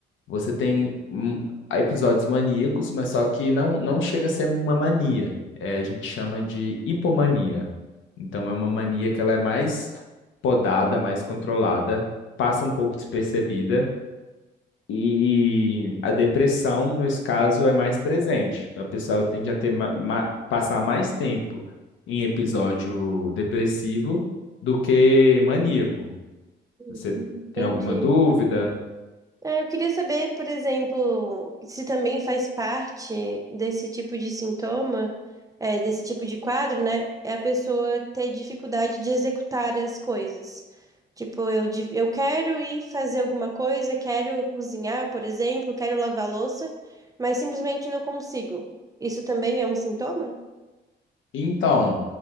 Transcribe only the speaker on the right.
Uhum,
entendi.
É, Eu queria saber, por exemplo, se também faz parte desse tipo de sintoma, é, desse tipo de quadro, né? É a pessoa ter dificuldade de executar as coisas. Tipo, eu, di- eu quero ir fazer alguma coisa, quero cozinhar, por exemplo, quero lavar louça, mas simplesmente não consigo. Isso também é um sintoma?